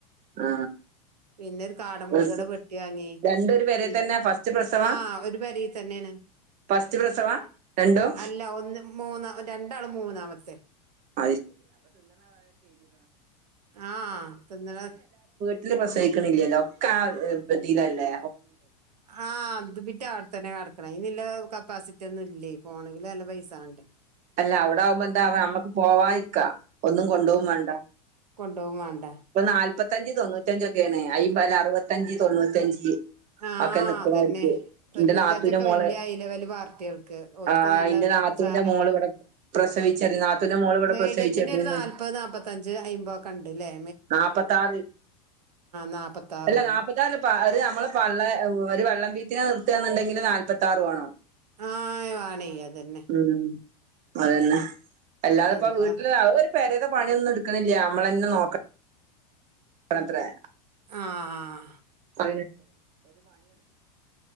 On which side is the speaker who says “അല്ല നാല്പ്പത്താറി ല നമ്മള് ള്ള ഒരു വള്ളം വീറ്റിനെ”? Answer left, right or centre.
Right